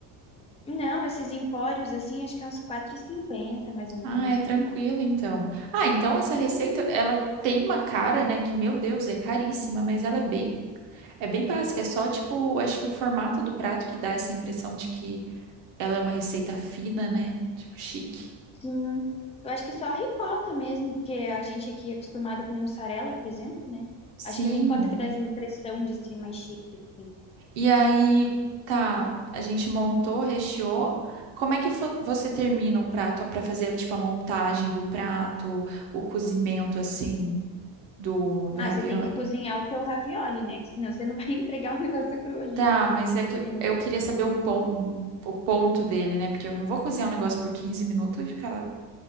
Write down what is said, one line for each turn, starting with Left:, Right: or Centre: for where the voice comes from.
Left: Não, esses empórios, assim, acho que é uns quatro e cinquenta, mais ou menos.
Right: Ah, é tranquilo então. Ah, então essa receita,
Left: Uhum,
Right: ela tem uma cara, né? Que, meu Deus, é caríssima, mas ela é bem, é bem básica. É só, tipo, acho que o formato do prato que dá essa impressão de que ela é uma receita fina, né? Tipo, chique.
Left: sim. Eu acho que só a ricota mesmo, porque a gente aqui é acostumado com mussarela, por exemplo, né?
Right: Sim.
Left: Acho que é a ricota que dá essa impressão de ser mais chique, assim.
Right: E aí, tá, a gente montou, recheou. Como é que fo- você termina o prato pra fazer, tipo, a montagem do prato, o cozimento, assim, do, do
Left: Ah,
Right: ravioli?
Left: você tem que cozinhar o teu ravioli, né? Que senão você não vai <laughs> entregar o negócio cru ali.
Right: Tá, mas é que
Left: É.
Right: eu queria saber um pon um- o ponto dele, né? Porque eu não vou cozinhar um negócio por 15 minutos e ficar